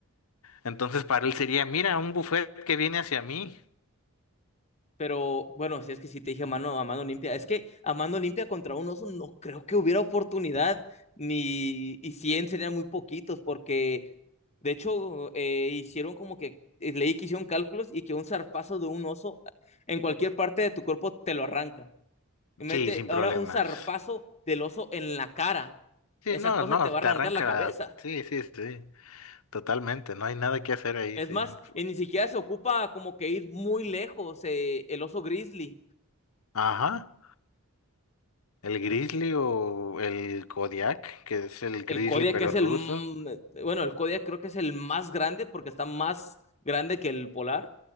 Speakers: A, on the left; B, on the left.
A: Entonces para él sería, mira, un buffet que viene hacia mí.
B: Pero bueno, si es que sí te dije a mano, a mano limpia, es que a mano limpia contra un oso no creo que hubiera oportunidad, ni y 100 serían muy poquitos, porque de hecho eh, hicieron como que, eh, leí que hicieron cálculos y que un zarpazo de un oso en cualquier parte de tu cuerpo te lo arranca. y mete
A: Sí, sin
B: ahora
A: problemas.
B: un zarpazo del oso en la cara.
A: Sí,
B: Esa
A: no,
B: cosa
A: no,
B: te va a
A: te
B: arrancar
A: arranca.
B: la cabeza.
A: Sí, sí, sí. Totalmente, no hay nada que hacer ahí,
B: Es
A: sí.
B: más, eh, ni siquiera se ocupa como que ir muy lejos eh, el oso grizzly.
A: Ajá, el grizzly o el Kodiak, que es el grizzly
B: El Kodiak
A: pero
B: es
A: ruso.
B: el, mm, bueno, el Kodiak creo que es el más grande porque está más grande que el polar.